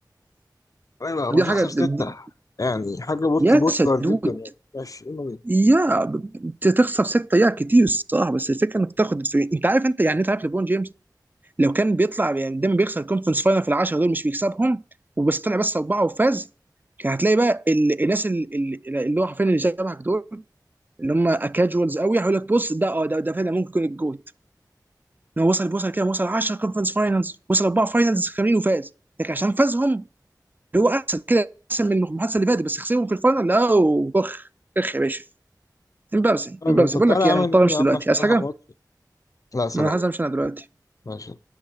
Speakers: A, on the left (about 50°); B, on the right (about 25°).
A: ايوه
B: دي
A: وتخسر
B: حاجه
A: ستة
B: دي-
A: يعني حاجة بطل
B: يا
A: بطلر
B: سدود
A: جدا يعني ماشي يلا
B: يا ب- ب- تخسر سته يا كتير الصراحه بس الفكره انك تاخد الفريق انت عارف انت يعني انت عارف ليبرون جيمس لو كان بيطلع يعني دايما بيخسر الكونفرنس فاينل في العشره دول مش بيكسبهم وبس طلع بس اربعه وفاز كان هتلاقي بقى ال- الناس ال- ال- اللي هو حرفيا اللي شبهك دول اللي هم كاجوالز قوي هيقول لك بص ده اه ده ده فعلا ممكن يكون الجوت ان هو وصل وصل كده وصل 10 كونفرنس فاينلز وصل اربعه فاينلز كاملين وفاز لكن عشان فازهم اللي هو احسن كده احسن من المحادثه اللي فاتت بس خسرهم في الفاينل لا اخ اخ يا باشا امبارسنج
A: بينا
B: امبارسنج
A: أنا- طب
B: بقول
A: تعالى
B: لك
A: يا
B: ايه
A: عم
B: انا مضطر
A: نقوم
B: امشي
A: يا عم
B: دلوقتي
A: عشان
B: عايز
A: نلحق
B: حاجه؟
A: ماتش لا سلام
B: ما انا عايز
A: يعني
B: امشي انا دلوقتي
A: ماشي